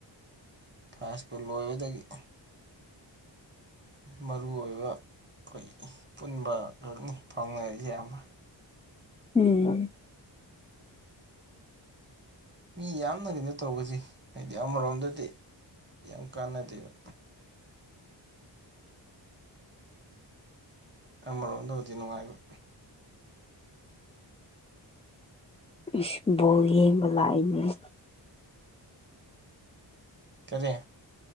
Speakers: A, on the right; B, on the left.
A: ꯐꯖꯄꯨ ꯂꯣꯏꯕꯗꯒꯤ <unintelligible> ꯃꯔꯨ ꯑꯣꯏꯕ ꯑꯩꯈꯣꯏ ꯄꯨꯟꯕ ꯈꯛꯅꯤ ꯐꯥꯎꯅꯔꯤꯁꯦ ꯑꯃ
B: ꯎꯝ
A: ꯃꯤ ꯌꯥꯝꯅ ꯀꯩꯅꯣ ꯇꯧꯕꯁꯤ ꯍꯥꯏꯗꯤ ꯑꯃꯔꯣꯝꯗꯗꯤ ꯌꯥꯝ ꯀꯥꯟꯅꯗꯦꯕ ꯑꯃꯔꯣꯝꯗꯕꯨꯗꯤ ꯅꯨꯡꯉꯥꯏꯕ
B: ꯏꯁ ꯕꯣꯜ ꯌꯦꯡꯕ ꯂꯛꯏꯅꯤ
A: ꯀꯔꯦ